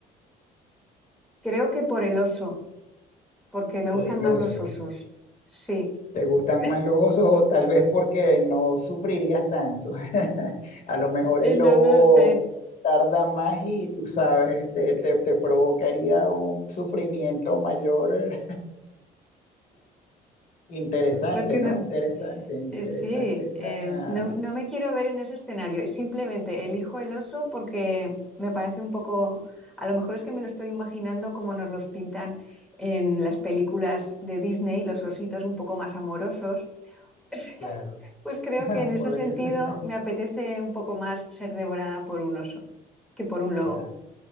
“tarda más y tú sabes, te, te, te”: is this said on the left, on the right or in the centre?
Left